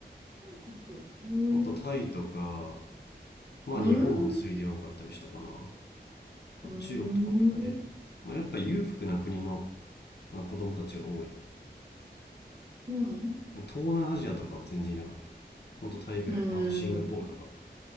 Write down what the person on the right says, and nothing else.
韓国。うん。
うん。
うん。
そうなの
う
ん。